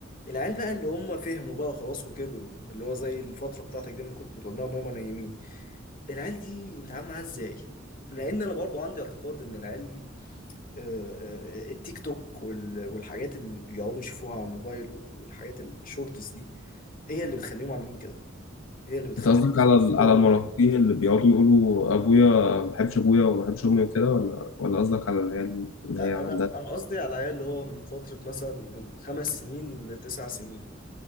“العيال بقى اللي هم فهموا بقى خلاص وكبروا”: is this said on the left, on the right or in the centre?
Left